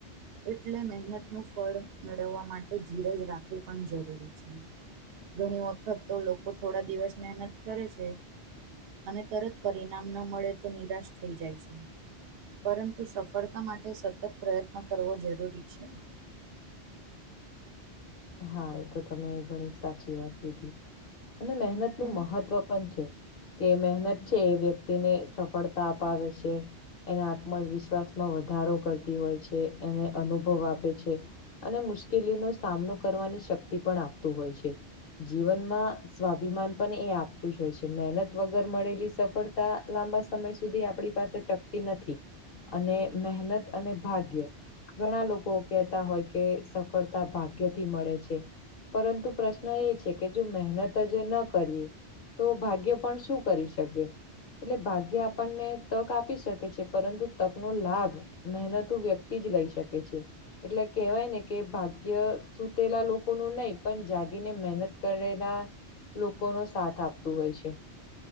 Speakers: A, on the right (about 65°); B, on the left (about 60°).
A: એટલે મહેનત નો ફળ મેળવવા માટે ધીરજ રાખવી પણ જરૂરી છે. ઘણી વખત તો લોકો થોડા દિવસ મહેનત કરે છે અને તરત પરિણામન મળે તો નિરાશ થઈ જાય છે. પરંતુ સફળતા માટે સતત પ્રયત્ન કરવો જરૂરી છે.
B: હા એ તો તમે ઘણી સાચી વાત કીધી અને મહેનત
A: હમ્મ,
B: નું મહત્વ પણ છે કે મહેનત છે એ વ્યક્તિને સફળતા અપાવે છે. એના આત્મવિશ્વાસમાં વધારો કરતી હોય છે એને અનુભવ આપે છે. અને મુશ્કેલીનો સામનો કરવાની શક્તિ પણ આપત હોય છે. જીવનમાં સ્વાભિમાન પણ એ આપતું જ હોય છે મહેનત વગર મળેલી સફળ તા લાંબા સમય સુધી આપણી પાસે ટકતી નથી. અને મહેનત અને ભાગ્ય ઘણા લોકો કેહેતા હોય કે સફળતા ભાગ્યથી મળે છે. પરંતુ પ્રશ્ન એ છે કે જો મહેનત જ ન કરીએ તો ભાગ્ય પણ શું કરી શકે એટલે ભાગ્ય આપણને તક આપી શકે છે પરંતુ તક નો લાભ મહેનતું વ્યક્તિ જ લઈ શકે છે એટલે કેહેવાય ને કે ભાગ્ય સુતેલા લોકો નું નહી પણ જાગીને મહેનત કરેલા લોકો નો સાથ આપતું હોય છે.